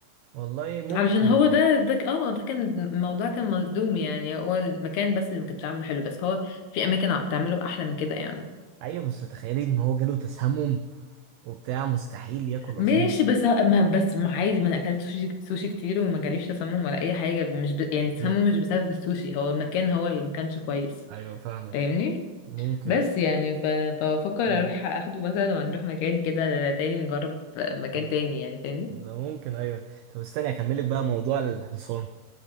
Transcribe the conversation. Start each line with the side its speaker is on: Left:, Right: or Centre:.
Right: والله ممكن
Left: علشان هو ده ده ك- اه ده كان الموضوع كان مظلوم يعني هو المكان بس اللي ما كانش عامله حلو بس هو في اماكن عم بتعمله احلى من كده يعني
Right: ايوه بس تخيلي ان هو جاله تسمم وبتاع مستحيل ياكل اظن
Left: ماشي بس ه- ما بس ما عادي ما انا اكلت سوشي, سوشي كتير وما جاليش تسمم ولا اي حاجه مش ب... يعني التسمم
Right: مم.
Left: مش بسبب السوشي هو المكان هو اللي ما كانش كويس
Right: ايوه فاهمك
Left: فاهمني
Right: ممكن
Left: بس يعني ف... فبفكر
Right: أيوة.
Left: اروح اخده مثلا ونروح مكان كده تاني نجرب في مكان
Right: آه.
Left: تاني يعني فاهمني
Right: ده ممكن ايوه طب استني اكملك بقى موضوع الحصان